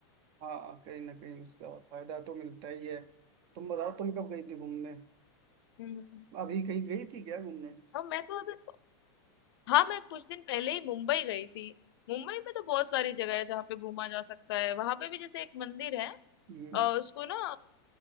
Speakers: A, on the right (about 30°); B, on the left (about 70°).
A: हाँ कहीं ना कहीं उसका फायदा तो मिलता ही है तुम बताओ तुम कब गई थी घूमने
B: हम्म
A: अभी कहीं गई थी क्या घूमने
B: हाँ मैं तो अभी हाँ मैं कुछ दिन पहले ही मुंबई गई थी मुंबई में तो बहुत सारी जगह है जहाँ पे घूमा जा सकता है वहां पे भी जैसे एक मंदिर है
A: हम्म
B: अ, उसको ना